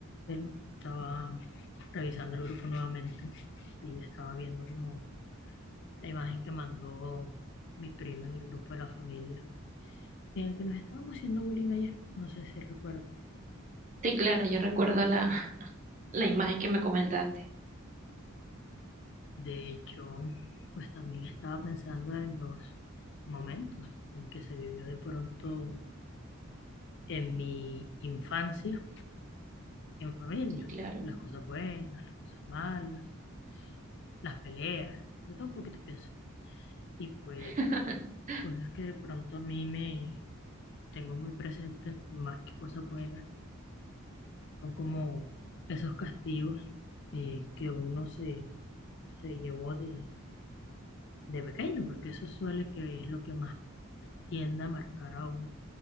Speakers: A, on the left (about 55°); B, on the right (about 35°).
A: Bueno, estaba revisando el grupo nuevamente y estaba viendo como la imagen que mandó mi prima en el grupo de la familia, en el que nos estábamos haciendo bullying ayer, no sé si recuerdas.
B: Sí, claro, yo recuerdo la, la imagen que me comentaste.
A: De hecho, pues también estaba pensando en los momentos en que se vivió de pronto en mi infancia, en familia,
B: Sí, claro.
A: las cosas buenas, las cosas malas, las peleas, de todo un poquito pienso. Y pues
B: <laughs>
A: cosas que de pronto a mí me tengo muy presentes, más que cosas buenas, son como esos castigos eh, que uno se, se llevó de, de pequeño, porque eso suele que es lo que más tiende a marcar a uno